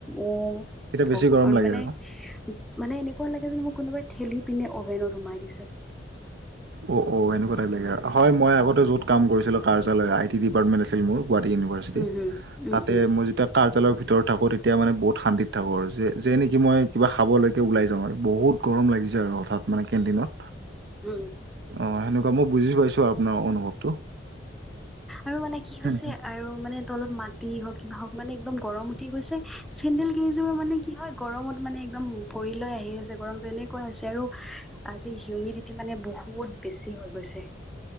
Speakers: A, in the centre; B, on the right (about 60°).
A: অহ
B: এতিয়া
A: ভগৱান
B: বেছি গৰম লাগে
A: মানে-
B: আৰু
A: মানে এনেকুৱা এনেকুৱা লাগে যে মোক কোনোবাই ঠেলি পিনে অভেনত সোমাই দিছে
B: অ অ এনেকুৱা টাইপ লাগে হয়, মই আগতে য'ত কাম কৰিছিলোঁ কাৰ্যালয় আই টি ডিপাৰ্টমেণ্ট আছিল মোৰ গুৱাহাটী ইউনিভাৰ্চিটি
A: উম হুম উম
B: তাতে
A: উম
B: মই যেতিয়া কাৰ্যালয়ৰ ভিতৰত ভিতৰত থাকো তেতিয়া মানে বহুত শান্তিত থাকো আৰু যে নিকি মই কিবা খাবলৈকে ওলাই যাওঁ আৰু বহুত গৰম লাগিছে যে আৰু হঠাৎ মানে কেণ্টিনত
A: উম
B: অ সেনেকুৱা মই বুজি পাইছো আৰু আপোনাৰ অনুভৱ।
A: আৰু মানে কি হৈছে
B: উম।
A: আৰু মানে তলত মাটি হওঁক কিবা হওঁক মানে একদম গৰম উঠি গৈছে চেডেল কেইযোৰ মানে কি হয় গৰমত মানে একদম পৰি লৈ সেই হৈছে গৰমতটো এনেকুৱা হৈছে আৰু আজি হিউমিডিটি মানে বহুত বেছি হৈ গৈছে।